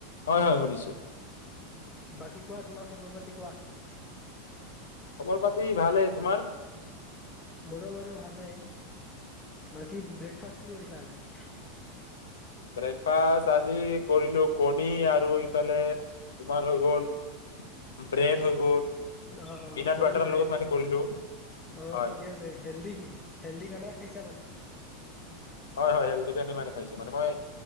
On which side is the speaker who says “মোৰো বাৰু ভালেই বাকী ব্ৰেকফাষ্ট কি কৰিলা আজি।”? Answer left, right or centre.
Left